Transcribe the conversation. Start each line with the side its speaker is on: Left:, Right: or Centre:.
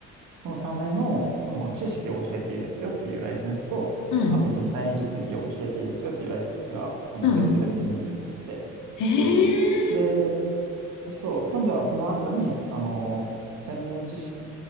Right: のための、あの、知識を教えていいですよっていうライセンスと、
Left: うん、
Right: あと実際に実技を教えていいですよっていうライセンスが、あの、
Left: うん。
Right: 別々にあって。
Left: へえ。
Right: で、そう、今度はその後に、あの、専門知識